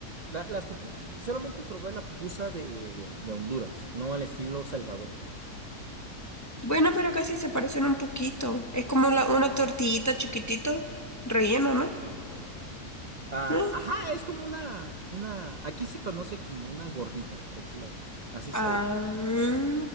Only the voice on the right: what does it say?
La- las pupu- solamente probé la pupusa de, de- de Honduras, no el estilo Salvador.
Ah,
ajá, es como una, una, aquí se conoce como una gordita, por decirlo. Así se
le,